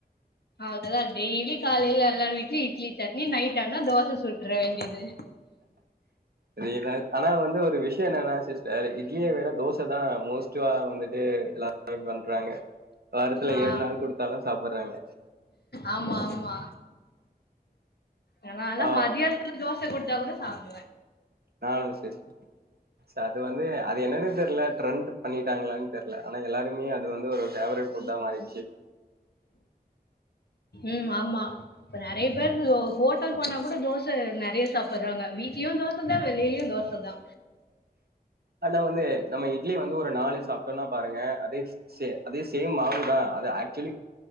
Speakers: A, on the left; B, on the right.
A: அவ்ளோதா டெய்லி காலையில எல்லா வீட்லயு இட்லி சட்னி நைட் ஆனா தோச சுட்டுர வேண்டியது
B: அதேதா ஆனா வந்து ஒரு விஷயோ என்னன்னா சிஸ்டர் இட்லிய விட தோச தா மோஸ்ட்டுவா வந்துட்டு எல்லா ட்ரை பண்றாங்க வாரத்துல
A: ஆ
B: ஏழு நாள் குடுத்தாலு சாப்டுறாங்க
A: ஆமா ஆமா என்னாலலா
B: ஆ
A: மதியானத்துல தோச குடுத்தா கூட சாப்டுவ
B: நானு சிஸ் ச அது வந்து அது என்னனு தெரில ட்ரெண்ட் பண்ணிட்டாங்களான் தெரில ஆனா எல்லாரு னுமே அது வந்து ஒரு ஃபேவரட் ஃபுட்டா மாரிட்ச்சு
A: ம் ஆமா இப்போ நெறய பேரு ஹோட்டல் போனா கூட தோசை நெறய சாப்டுறாங்க வீட்லயு தோச தா வெளிலயு தோச தா
B: ஆனா வந்து நம்ம இட்லி வந்து ஒரு நாலு சாப்ட்டோனா பாருங்க அதே ச அதே சேம் மாவுதா அது ஆக்சுவலி